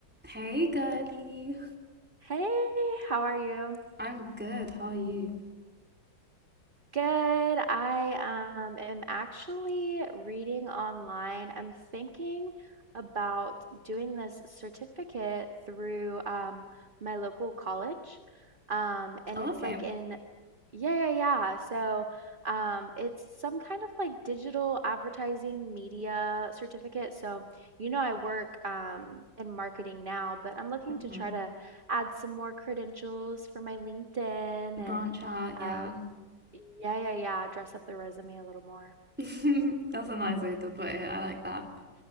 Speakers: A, in the centre; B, on the right.
A: Hey, girly.
B: Hey, how are you?
A: I'm good. How are you?
B: Good. I um, am actually reading online. I'm thinking about doing this certificate through um, my local college. Um, and
A: Oh,
B: it's
A: okay.
B: like in Yeah, yeah, yeah. So, um, it's some kind of like digital advertising media certificate. So, you know, I work um, in marketing now, but I'm looking
A: Mm-hmm.
B: to try to add some more credentials for my LinkedIn
A: Branch
B: and
A: out,
B: uh,
A: yeah.
B: yeah, yeah, yeah, dress up the resume a little more.
A: <laughs> That's a nice way to put it. I like that.